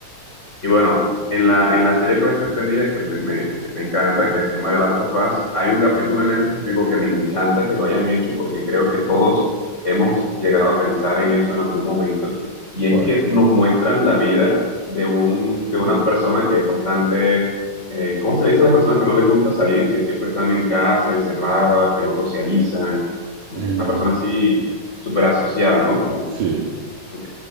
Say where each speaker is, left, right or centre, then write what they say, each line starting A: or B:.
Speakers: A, on the left (about 20°); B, on the right (about 70°).
A: y bueno, en la, en la serie que te dije que me, me- que me encanta, que se llama The Last of Us, hay un capítulo en específico que me encanta que lo hayan hecho porque creo que todos hemos llegado a pensar en eso en algún momento. Y
B: Juan.
A: es que nos muestran la vida de un, de una persona que es bastante, eh, ¿cómo se le dice a las personas que no les gusta salir, que siempre están en casa, encerradas, que no socializan? Como
B: <clears throat> Mm,
A: Una persona así súper asocial, ¿no? Como,
B: Sí,
A: como